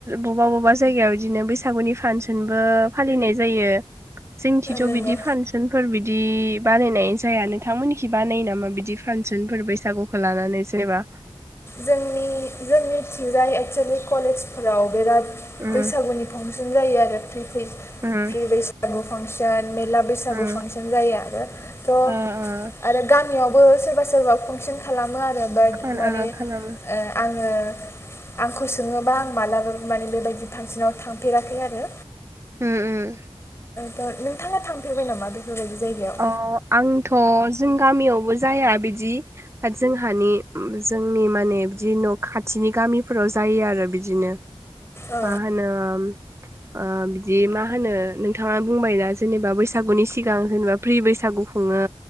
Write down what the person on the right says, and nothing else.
बबा बबा जायगायाव इदिनो बैसागुनि फानसोनबो फालिनाय जायो। जोंनिथिथ'
बिदि फानसोनफोर बिदि बानायनाय जाया, नोंथांमोननिखि बानायो नामा बिदि फानसोनफोर बैसागुखौ लानानै जेनेबा?
उम
उम
उम
ओ ओ
खोना
ओ खोनाबो
उम उम
ओ आंथ' जों गामियावबो जाया बिदि जोंहानि उम जोंनि माने बिदि न' खाथिनि गामिफोराव जायो आरो बिदिनो
मा होनोम ओ बिदि मा होनो नोंथाङा बुंबाय ना जेनेबा बैसागुनि सिगां जेनेबा फ्रि बैसागु खुङो